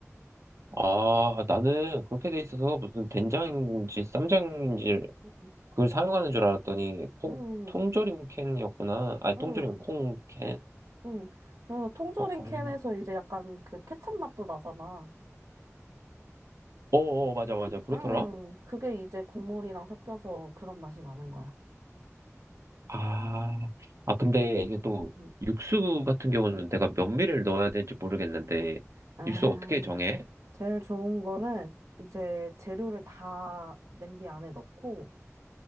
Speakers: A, on the right; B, on the right.
A: 아, 나는 그렇게 돼 있어서 무슨 된장인지 쌈장인지
B: 응,
A: 그걸 사용하는 줄 알았더니 콩,
B: 응,
A: 통조림 캔이었구나. 아, 통조림
B: 응.
A: 콩 캔?
B: 응. 그래서 통조림
A: 어, 어,
B: 캔에서 이제 약간 그 케첩 맛도 나잖아.
A: 어, 어, 맞아, 맞아. 그렇더라?
B: 응. 그게 이제 국물이랑 섞여서 그런 맛이 나는 거야.
A: 아, 아, 근데 이게 또
B: 응.
A: 육수 같은 경우는 내가 몇 밀을 넣어야 될지 모르겠는데,
B: 아,
A: 육수 어떻게 정해?
B: 제일 좋은 거는 이제 재료를 다 냄비 안에 넣고